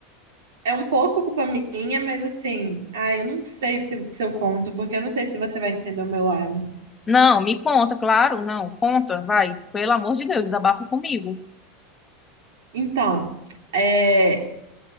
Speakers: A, on the right (about 85°); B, on the left (about 20°).
A: é um pouco culpa minha, mas assim, ah, eu não sei se, se eu conto, porque eu não sei se você vai entender o meu lado.
B: Não, me conta, claro. Não, conta, vai. Pelo amor de Deus, desabafa comigo.
A: Então, é,